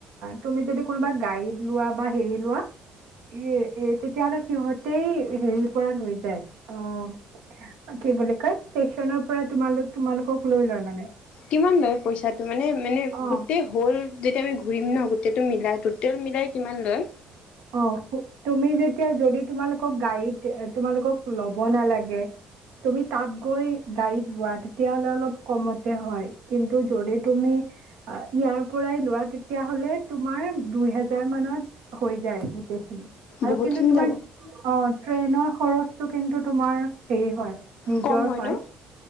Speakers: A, on the right; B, on the left.
A: তুমি যদি কোনোবা গাইড লোৱা বা হেৰি লোৱা, এই, তেতিয়াহ'লে সিহঁতেই হেৰি পৰা লৈ যায়। অ', কি বুলি কয় ষ্টেচনৰ পৰা তোমালোক তোমালোকক লৈ লয় মানে
B: কিমান লয় পইচাটো? মানে, মানে
A: অ
B: গোটেই হওঁল যেতিয়া আমি ঘূৰিম ন' সেইটো মিলাই, টোটেল মিলাই কিমান লয়?
A: অ, তুমি যেতিয়া যদি তোমালোক কক গাইড তোমালোকক লব নালাগে, তুমি তাত গৈ গাড়ীত লোৱা তেতিয়াহলে অলপ কমতে হয়। কিন্তু যদি তুমি ইয়াৰ পৰাই লোৱা তেতিয়াাহলে তোমাৰ দুই হেজাৰ মানত হৈ যায় গোটেই। আৰু
B: বহুতখিনি
A: কিন্তু তোমাৰ
B: যাব
A: অ' ট্ৰেইনৰ খৰচটো কিন্তু তোমাৰ হেৰি হয়। নিজৰ
B: কম
A: হয়।
B: ন